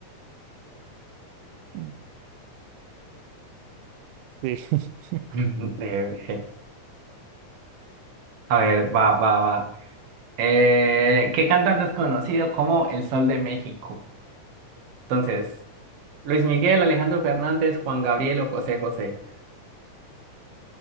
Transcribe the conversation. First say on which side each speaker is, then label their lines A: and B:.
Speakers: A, on the right; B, on the right.
A: mm, Sí, <laughs>
B: <laughs> Eh, eh. A ver, va, va, va. Eh, ¿qué cantante es conocido como el Sol de México? Entonces, Luis Miguel, Alejandro Fernández, Juan Gabriel o José José.